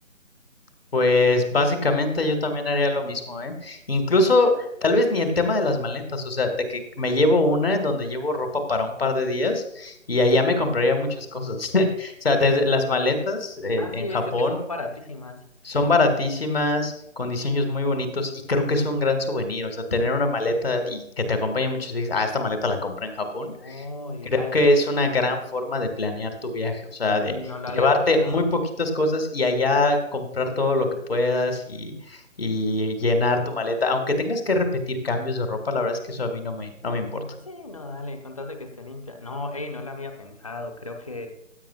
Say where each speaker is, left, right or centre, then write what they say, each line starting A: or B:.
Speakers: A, on the left (about 50°); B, on the left (about 25°).
A: Pues básicamente yo también haría lo mismo, ¿eh? Incluso tal vez ni el tema de las maletas, o sea, de que me llevo una en donde llevo ropa para un par de días y allá me compraría muchas cosas. <laughs> O sea, desde las maletas eh,
B: Ah,
A: en
B: sí, he
A: Japón
B: visto que son baratísimas.
A: son baratísimas, con diseños muy bonitos y creo que es un gran souvenir, o sea, tener una maleta y que te acompañe en muchos viajes, ah, esta maleta la compré en Japón,
B: Uy, dale,
A: que es una gran forma de planear tu viaje, o sea,
B: no,
A: de
B: no lo
A: llevarte
B: había pensado.
A: muy poquitas cosas y allá comprar todo lo que puedas y, y llenar tu maleta, aunque tengas que repetir cambios de ropa, la verdad es que eso a mí no me, no
B: No,
A: me importa.
B: sí, no, dale, contate que esté limpia. No, ey, no lo había pensado, creo que...